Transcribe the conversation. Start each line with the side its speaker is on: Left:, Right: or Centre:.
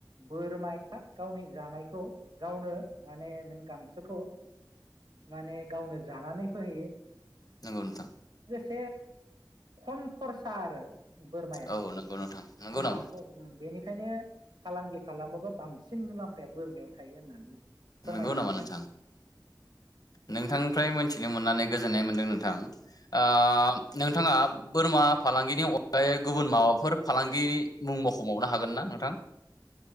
Right: बोरमाया गावनि जानायखौ गावनो माने नों गांसोखौ माने गावनो जानानै फैहैयो।
Left: नोंगौ नोंथां।
Right: बे खम खरसा आरो बोरमाया
Left: औ नंगौ नोंथां नंगौ
Right: खमा
Left: नामा?
Right: खम बेनि ओंखायनो फालांगि खालामोबा बांसिन मुलाम्फाया बोरमायाव थायो होननानै फोरमायनो
Left: नंगौ नामा
Right: हाया।
Left: नोंथां नोंथांनिफ्राय मिथिनो मोननानै गोजोननाय मोनदों। नोंथां ओ नोंथाङा बोरमा फालांगिनि अनगायै गुबुन माबाफोर फालांगि मुं मावख'बावनो हागोन ना नोंथां?